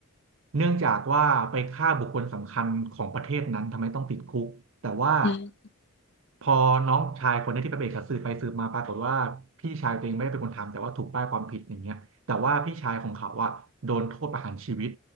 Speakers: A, on the right; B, on the left.
A: เนื่องจากว่าไปฆ่าบุคคลสำคัญของประเทศนั้นทำไมต้องติดคุกแต่ว่า
B: อืม
A: พอน้องชายคนนี้ที่ไปเบรกับสืบไปสืบมาปรากฏว่าพี่ชายตัวเองไม่ได้เป็นคนทำแต่ว่าถูกป้ายความผิดอย่างเงี้ยแต่ว่าพี่ชายของเขาอะโดนโทษประหารชีวิต